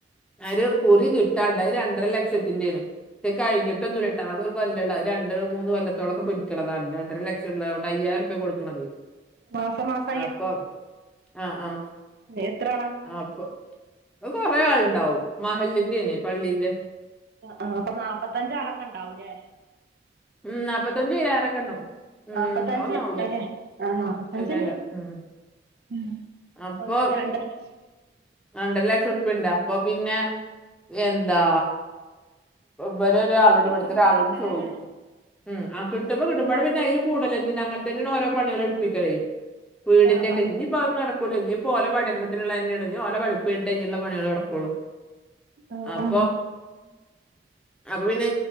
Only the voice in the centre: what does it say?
ഒരു കുറി കിട്ടാണ്ട്. അത് രണ്ടര ലക്ഷത്തിന്റെ ആണ്. കഴിഞ്ഞിട്ടൊന്നുല്ല ആകെ ഒരു കൊല്ലള്ളൂ അത് രണ്ട് മൂന്ന് കൊല്ലത്തോളൊക്കെ പിടിക്കണതാണ്. രണ്ടര ലക്ഷുള്ള അവിടെ അയ്യായിരം ഉറുപ്പിക കൊടുക്കണത്
അപ്പം ആഹ് ആഹ്
അപ്പൊ കൊറേ ആളുണ്ടാവും. മഹല്ലിന്റെ ആണ് പള്ളിന്റെ
ഉം നാപ്പത്തഞ്ച് കിലാരൊക്കെ ഉണ്ടാവും ഉം
അതൊന്നാവൂല
അല്ല അല്ല ഉം
അപ്പൊ
രണ്ടര ലക്ഷം ഉറുപ്പിണ്ട്. അപ്പൊ പിന്നെ എന്താ വേരൊരാളോട്
ഇവിടുത്തെ ഒരാളോട്
ചോദിച്ചു
ഉം ആഹ് കിട്ടുമ്പോ കിട്ടുമ്പോ പിന്നെ അതിൽ കൂടലന്ന അങ്ങന തന്നെയ ഓരോ പണിക എടുപ്പിക്കലേ വീടിന്റൊക്കെ
പറ നടക്കൂ ഇ ഇപ്പോ ഓല പഠനത്തിനുള്ള തെഓല പഠിപ്പ്ണ്ട് കഴിഞ്ഞുള്ള പണികൾ നടക്കുള്ളൂ
അപ്പൊ
അപ്പൊ പിന്നെ